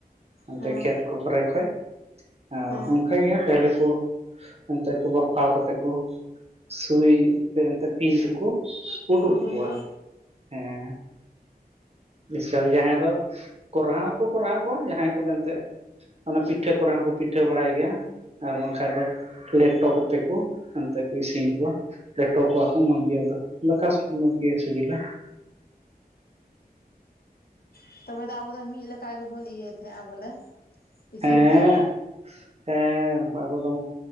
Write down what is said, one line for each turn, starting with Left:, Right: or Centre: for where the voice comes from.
Right: ᱚᱱᱛᱮ
Left: ᱦᱮᱸ
Right: ᱠᱷᱮᱛ ᱠᱩ ᱠᱚᱨᱮ ᱠᱷᱳᱪ, ᱟᱨ
Left: ᱦᱮᱸ
Right: ᱚᱱᱠᱟ ᱜᱮ ᱯᱮᱦᱮᱞᱮ ᱠᱩ ᱚᱱᱛᱮ ᱠᱩ ᱵᱟᱯᱷᱟᱣ ᱠᱟᱛᱮ ᱠᱩ ᱥᱩᱭ ᱛᱮᱱᱛᱮ ᱯᱤᱞ ᱛᱤᱠᱩ, ᱩᱰᱩᱠ
Left: ᱩᱰᱩᱝ
Right: ᱠᱩᱣᱟ,
Left: ᱠᱚ
Right: ᱦᱮᱸ ᱵᱤᱥᱟᱞ ᱡᱟᱦᱟᱸᱭ ᱫᱚ ᱠᱚᱨᱦᱟᱣ ᱦᱳ ᱠᱚ ᱠᱚᱨᱦᱟ ᱠᱚᱣᱟ ᱡᱟᱦᱟᱸᱭ ᱠᱩᱫᱚ ᱮᱱᱛᱮ᱾ ᱚᱱᱟ ᱯᱤᱴᱷᱟᱹ ᱠᱚᱨᱮ ᱦᱚᱸᱠᱚ ᱯᱤᱴᱷᱟᱹ ᱵᱟᱲᱟᱭ ᱜᱮᱭᱟ ᱟᱨ ᱵᱟᱝ ᱠᱷᱟᱱ ᱫᱚ ᱞᱮᱴᱚ ᱠᱟᱛᱮ ᱠᱩ ᱦᱟᱱᱛᱮ ᱠᱩ ᱤᱥᱤᱱ ᱠᱩᱣᱟ, ᱞᱮᱴᱚ ᱠᱚᱣᱟ ᱠᱩ ᱢᱚᱡᱽ ᱜᱮ ᱟᱫᱚ ᱫᱟᱠᱟ ᱢᱚᱡᱽ ᱜᱤ ᱥᱤᱵᱤᱞᱟ᱾
Left: ᱦᱮᱸ ᱛᱚᱵᱮ ᱫᱚ ᱟᱵᱚ ᱫᱚ ᱢᱤᱫ ᱞᱮᱠᱟ ᱜᱮ ᱵᱚᱱ ᱤᱭᱟᱹᱭ ᱛᱟᱦᱮᱸᱜᱼᱟ ᱵᱚᱞᱮ ᱤᱥᱤᱱ
Right: ᱦᱮᱸ
Left: ᱛᱟᱦᱮᱸ ᱟᱵᱚ,
Right: ᱦᱮᱸ ᱟᱵᱩ ᱫᱚ